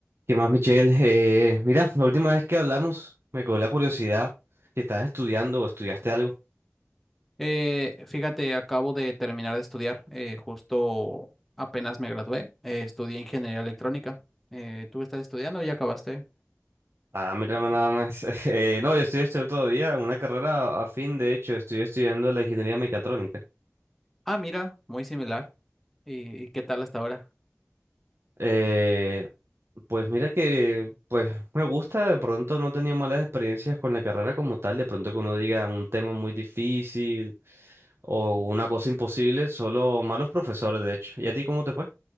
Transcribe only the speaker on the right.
¿Qué más, Michelle? Eh, mira, la última vez que hablamos me quedó la curiosidad si estás estudiando o estudiaste algo.
Ah, mira, nada más. <laughs> Eh, no, yo estoy estudiando todavía una carrera afín, de hecho, estoy estudiando la ingeniería mecatrónica.
Eh, pues mira que, pues me gusta, de pronto no he tenido malas experiencias con la carrera como tal, de pronto que uno diga un tema muy difícil o una cosa imposible, solo malos profesores, de hecho. ¿Y a ti cómo te fue?